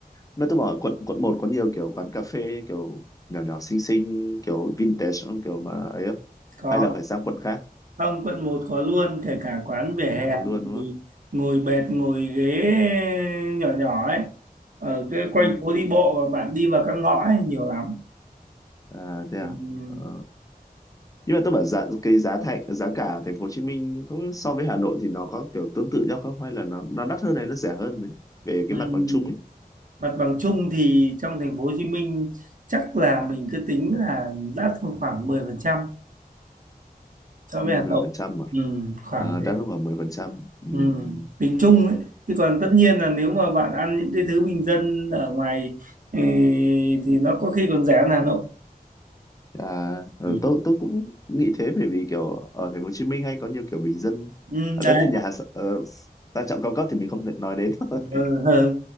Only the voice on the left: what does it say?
mà tôi bảo quận quận một có nhiều kiểu quán cà phê kiểu nhỏ nhỏ xinh xinh kiểu vintage không? kiểu mà ấy không?
hay là phải sang quận khác
mà có luôn
đúng không
ừ.
à thế à
ờ. nhưng mà tôi bảo giá cái giá thành giá cả ở thành phố Hồ Chí Minh không so với Hà Nội thì nó có kiểu tương tự nhau không hay là nó nó đắt hơn này nó rẻ hơn này về
cái mặt bằng chung ấy
ừ,
mười
phần trăm mà
à,
đắt hơn khoảng 10% ừ.
ừ.
à ừ,
tôi tôi cũng nghĩ thế bởi vì kiểu ở thành phố Hồ Chí Minh hay có nhiều kiểu bình dân
à,
tất nhiên nhà hàng s- ờ, sang trọng cao cấp thì mình không thể nói đến <laughs>
thôi